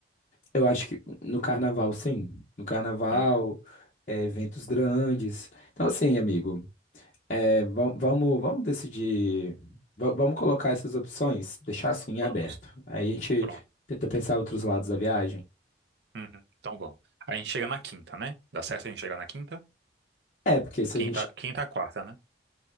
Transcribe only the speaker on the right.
Hum,
vamos.
Pronto.
Uhum, Então vamos. A gente chega na quinta, né? Dá certo a gente chegar na quinta?
Quinta,
quinta, a quarta, né?